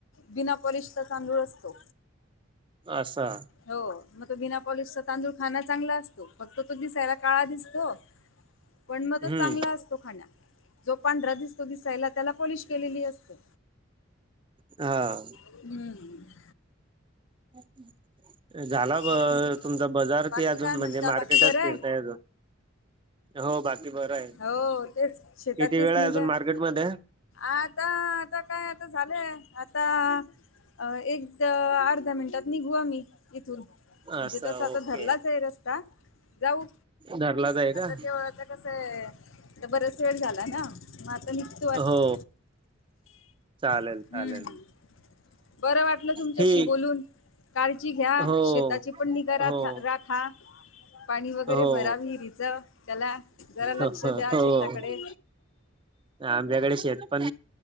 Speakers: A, on the left; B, on the right.
A: बीना पोलिशचा तांदूळ असतो.
B: असा.
A: हो मग तो बिना पॉलिश चा तांदूळ खाण चांगला असतो फक्त तो दिसायला काळा दिसतो पण मग तो
B: हम्म
A: चांगला असतो खाण्यात जो पांढरा दिसतो तो दिसायला त्याला पॉलिश केलेली असते.
B: हा.
A: हम्म.
B: अच्छा <unintelligible> झाला
A: तेच.
B: ब तुमचा बजार
A: बाकी
B: कि अजून
A: काय म्हणता
B: म्हणजे मार्केटच
A: बाकी बरं आहे
B: फिरताय अजून. हो बाकी बरं आहे.
A: हो तेच शेताचीच
B: किती वेळ आहे
A: निगा.
B: अजून मार्केटमध्ये
A: आता आता काय आता झालंय आता अ एक द अर्ध्या मिनिटात निघू आम्ही इथून म्हणजे
B: असं
A: तस
B: ओके
A: आता धरलाच आहे रस्ता जाऊ
B: धरलाच आहे
A: आता
B: का
A: देवळाचं कस बराच वेळ झाला ना मग आता निघतो आहे.
B: हो चालेल
A: हम्म.
B: चालेल.
A: बरं वाटलं तुमच्याशी
B: ठीक
A: बोलून. कालची घ्या
B: हो
A: शेताची पण निगा राथा
B: हो
A: राखा. पाणी वगैरे
B: हो
A: भरा विहिरीचं त्याला जरा
B: हो
A: लक्ष
B: हो
A: द्या
B: हो
A: शेताकडे.
B: आमच्याकडे शेत पण